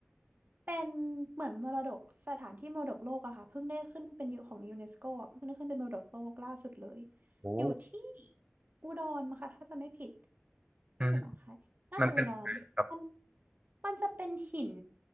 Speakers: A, on the right (about 45°); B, on the right (about 25°).
A: เป็นเหมือนมรดกสถานที่มรดกโลกอะค่ะเพิ่งได้ขึ้นเป็นอยู่ของยูเนสโกอะเพิ่งได้ขึ้นเป็นมรดกโลกล่าสุดเลย
B: โอ้
A: อยู่ที่อุดรมั้งคะถ้าจะไม่ผิดนี่หรือหนองคายน่าจะอุดรมัน
B: อืมมันเป็นยังไงครับ
A: มันจะเป็นหิน